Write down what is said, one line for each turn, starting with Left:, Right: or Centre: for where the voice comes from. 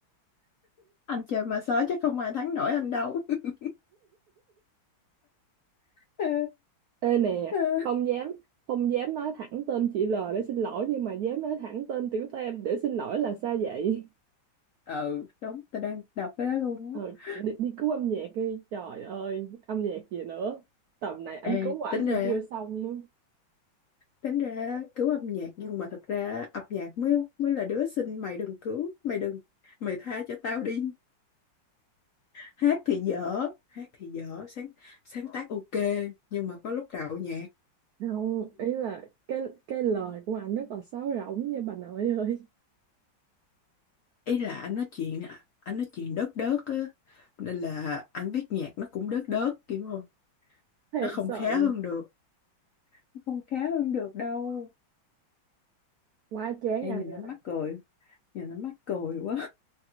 Left: anh chơi mà sói chắc không ai thắng nổi anh đâu. <laughs> Ờ,
Right: ê nè
Left: ờ.
Right: không dám không dám nói thẳng tên chị L để xin lỗi nhưng mà dám nói thẳng tên tiểu tam để xin lỗi là sao vậy
Left: ừ, đúng, tao đang đọc cái đó luôn
Right: ờ,
Left: á.
Right: đi, đi cứu âm nhạc đi trời ơi âm nhạc gì nữa tầm này anh
Left: Ê,
Right: cứu ảnh
Left: tính
Right: còn
Left: ra
Right: chưa xong nữa
Left: tính ra cứu âm nhạc nhưng mà thật ra âm nhạc mới mới là đứa xinh mày đừng cứu mày đừng mày tha cho tao đi hát thì dở hát thì dở sáng sáng tác ok nhưng mà có lúc đạo nhạc
Right: không ý là cái cái lời của anh rất là sáo rỗng nha bà nội ơi
Left: ý là anh nói chuyện anh nói chuyện đớt đớt á nên là anh viết nhạc nó cũng đớt đớt kiểu không
Right: <laughs> thiệt
Left: nó không
Right: sự
Left: khá hơn được Nó không khá hơn được đâu
Right: quá chán
Left: em
Right: anh
Left: nhìn nó
Right: rồi
Left: mắc cười nhìn nó mắc cười quá